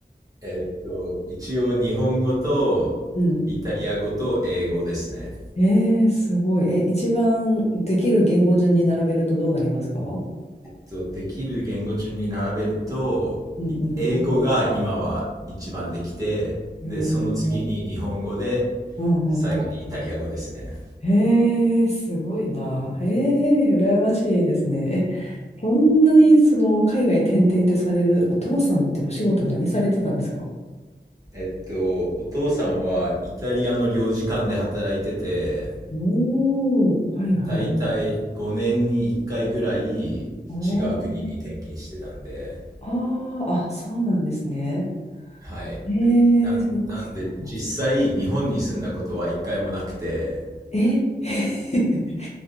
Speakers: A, on the right (about 20°); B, on the left (about 35°).
A: えっと、一応日本語とイタリア語と英語ですね。
B: <laughs> うん。えー、すごい。え、一番できる言語順に並べるとどうなりますか
A: そうできる言語順に並べるとい英語が今は一番できてでその次に日本語で
B: うんうん。えー、うんうん
A: 最後にイタリア語ですね
B: へえ、すごいな。へえ、羨ましいですね。え、こんなにその海外転々ってされるお父さんってお仕事何されてたんですか
A: えっとお父さんはイタリアの領事館で働いてて
B: おー、はいはい。
A: だいたい5年に1回ぐらい違
B: あー
A: う国に転勤してたんで
B: あー、あ、そうなんですね。
A: はい
B: え
A: な、
B: え、そっかそっか。
A: なんで実際日本に住んだことは1回もなくて
B: え <laughs>